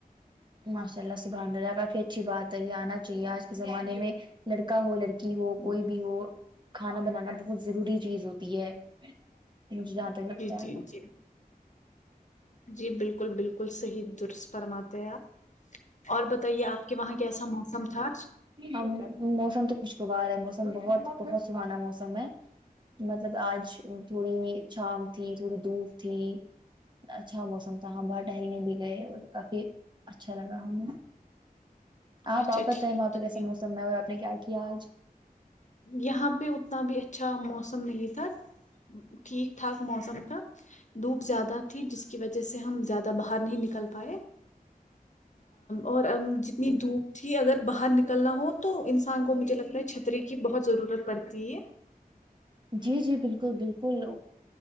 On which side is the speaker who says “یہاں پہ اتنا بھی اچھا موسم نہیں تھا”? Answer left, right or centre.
Left